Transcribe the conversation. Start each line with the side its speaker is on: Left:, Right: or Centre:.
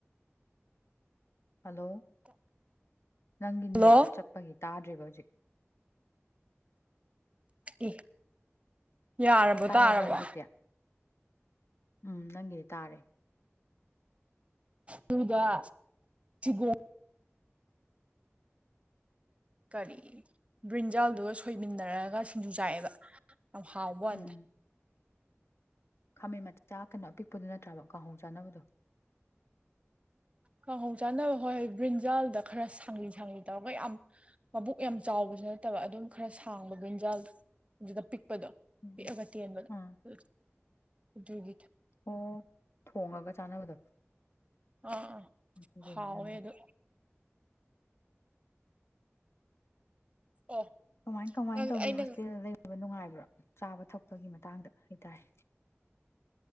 Left: ꯍꯜꯂꯣ ꯅꯪꯒꯤ
Right: ꯍꯜꯂꯣ
Left: ꯅꯦꯠꯇꯣ ꯆꯠꯄꯒꯤ ꯇꯥꯗ꯭ꯔꯤꯕ ꯍꯧꯖꯤꯛꯀꯤ
Right: ꯑꯦ ꯌꯥꯔꯕꯣ
Left: ꯇꯥꯔꯕ꯭ꯔꯥ
Right: ꯇꯥꯔꯕꯣ
Left: ꯍꯧꯖꯤꯛꯇꯤ ꯎꯝ ꯅꯪꯒꯤꯗꯤ ꯇꯥꯔꯦ
Right: ꯇꯗ ꯁꯤꯒ ꯀꯔꯤ ꯕ꯭ꯔꯤꯟꯖꯜꯗꯨꯒ ꯁꯣꯏꯃꯤꯟꯅꯔꯒ ꯁꯤꯡꯖꯨ ꯆꯥꯏꯑꯦꯕ ꯌꯥꯝ ꯍꯥꯎꯕꯗ
Left: ꯎꯝ ꯈꯥꯃꯦꯟ ꯃꯆꯥ ꯀꯩꯅꯣ ꯑꯄꯤꯛꯄꯗꯨ ꯅꯠꯇ꯭ꯔꯕ ꯀꯥꯡꯍꯣꯡ ꯆꯥꯅꯕꯗꯣ
Right: ꯀꯥꯡꯍꯣꯡ ꯆꯥꯅꯕ ꯍꯣꯏ ꯍꯣꯏ ꯕ꯭ꯔꯤꯟꯖꯥꯜꯗ ꯈꯔ ꯁꯥꯡꯂꯤ ꯁꯥꯡꯂꯤ ꯇꯧꯔꯒ ꯌꯥꯝ ꯃꯕꯨꯛ ꯌꯥꯝ ꯆꯥꯎꯕꯁꯨ ꯅꯠꯇꯕ ꯑꯗꯨꯝ ꯈꯔ ꯁꯥꯡꯕ ꯟꯖꯥꯜ ꯑꯗꯨꯗ ꯄꯤꯛꯄꯗꯣ
Left: ꯎꯝ
Right: ꯒꯤ
Left: ꯑꯥ ꯑꯣ ꯊꯣꯉꯒ ꯆꯥꯅꯕꯗꯣ
Right: ꯑꯥ
Left: ꯑꯗꯨꯗꯨꯅꯤ
Right: ꯍꯥꯎꯦ
Left: ꯅꯪꯒꯤꯗꯣ
Right: ꯑꯗꯨ ꯑꯣ
Left: ꯀꯃꯥꯏ ꯀꯃꯥꯏꯅ
Right: ꯅꯪ
Left: ꯇꯧꯒꯦ
Right: ꯑꯩ ꯅꯪ
Left: ꯍꯧꯣꯖꯤꯤꯗꯩ ꯐꯕ ꯅꯨꯡꯉꯥꯏꯕ꯭ꯔꯥ ꯆꯥꯕ ꯊꯛꯄꯒꯤ ꯃꯇꯥꯡꯗ ꯍꯥꯏꯇꯥꯔꯦ